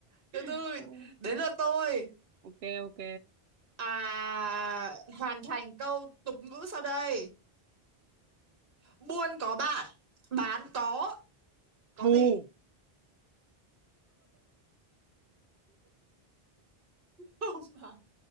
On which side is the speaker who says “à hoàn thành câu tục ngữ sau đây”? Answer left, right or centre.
Right